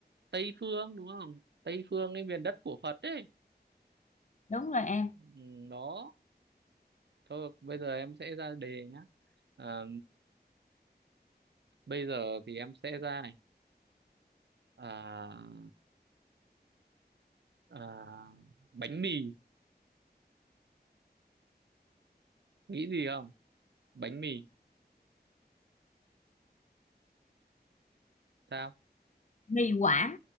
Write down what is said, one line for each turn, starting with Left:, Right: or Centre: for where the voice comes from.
Right: tây phương đúng không tây phương cái miền đất của Phật ấy
Left: đúng rồi em
Right: ừ, đó thôi bây giờ em sẽ ra đề nhá à, bây giờ thì em sẽ ra này à, à, bánh mì nghĩ gì không bánh mì sao
Left: trì hoãn